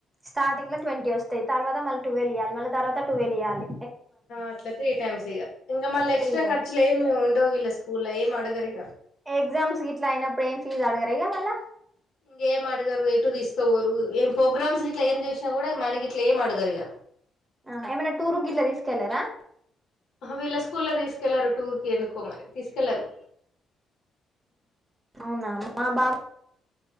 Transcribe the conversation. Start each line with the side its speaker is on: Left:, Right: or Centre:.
Right: స్టార్టింగ్ లో ట్వంటీ వస్తాయి తర్వాత మళ్ళ టూవెల్వ్ ఇయాలి తర్వాత టూవెల్ ఇవాలి
Left: అట్లా త్రీ టైమ్స్ ఇక ఇంకా మళ్ళీ ఎక్స్ట్రా
Right: త్రీ టైమ్స్
Left: ఖర్చులు ఏమి ఉండవు వీలకి స్కూల్ల ఏం అడగరు
Right: ఎగ్జామ్స్ గిట్లా అయినప్పుడు ఏం ఫీజ్ అడగరా ఇగ మళ్ళా
Left: ఇంకేం అడగరు ఏటు తీసుకోవరు ఏం ప్రోగ్రామ్స్ ఇట్లా ఏం చేసినా కూడా మనీ ఇట్లా ఏం అడగారు ఇక
Right: ఆ ఏమన్నా టూర్ కి ఇట్లా తీసుకెళ్ళరా
Left: ఆహా వీళ్ళ స్కూల్ల్లో తీసుకెళ్లారు టూర్ కి ఎందుకో మరి తీసుకెళ్లరు
Right: అవునా మా బాబు